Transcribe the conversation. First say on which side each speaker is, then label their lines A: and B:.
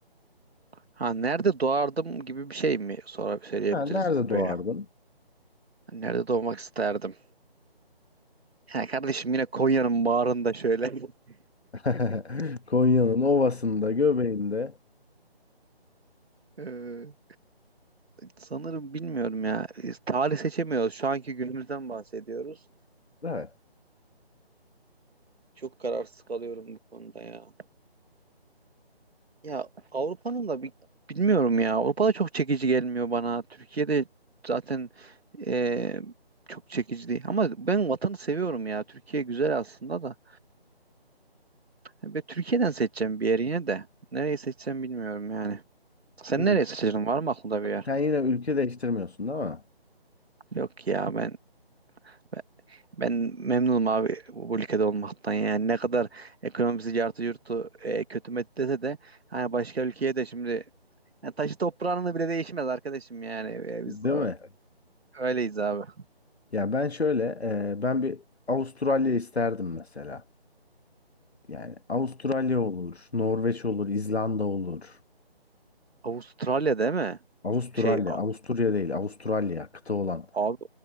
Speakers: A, on the right; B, on the left.
A: Ha nerede doğardım gibi bir şey mi sonra söyleyebiliriz
B: Ha, nerede
A: böyle.
B: doğardın?
A: Nerede doğmak isterdim? Ya kardeşim yine Konya'nın bağrında şöyle. <laughs>
B: <laughs> Konya'nın ovasında, göbeğinde.
A: Ee, sanırım bilmiyorum ya. Biz Tarih seçemiyoruz. Şu anki günümüzden bahsediyoruz.
B: Evet.
A: Çok kararsız kalıyorum bu konuda ya. Ya Avrupa'nın da bi- bilmiyorum ya. Avrupa'da çok çekici gelmiyor bana. Türkiye'de zaten e, çok çekici değil. Ama ben vatanı seviyorum ya. Türkiye güzel aslında da. Ve Türkiye'den seçeceğim bir yer yine de. Nereyi seçeceğim bilmiyorum yani. Sen
B: Hı.
A: nereyi seçeceksin? Var mı aklında bir yer?
B: Sen yine ülke değiştirmiyorsun değil mi?
A: Yok ya ben ben, ben memnunum abi bu, bu ülkede olmaktan yani. Ne kadar ekonomisi artı yurtu e, kötü met dese de hani başka ülkeye de şimdi yani taşı toprağının da bile değişmez arkadaşım yani. E,
B: Değil
A: Biz
B: mi?
A: Öyleyiz abi.
B: Ya ben şöyle, e, ben bir Avustralya isterdim mesela. Yani Avustralya olur, Norveç olur, İzlanda olur.
A: Avustralya değil mi?
B: Avustralya,
A: Şey a-
B: Avusturya değil, Avustralya kıta olan.
A: abi